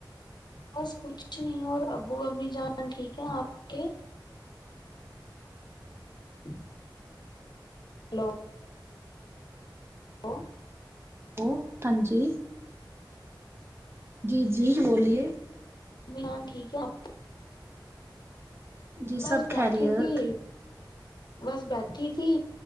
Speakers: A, on the left; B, on the right.
A: بس کچھ نہیں اور ابو ابمی جانا ٹھیک ہے آپ کے فرتہوں ہلو ا
B: وہ ہاں جی جی جی بولیے
A: نہیںی ہاں ٹھیک ہے آپ
B: جی
A: بس
B: سب
A: بیٹھی
B: خیریت
A: تھی بس بیٹھی تھی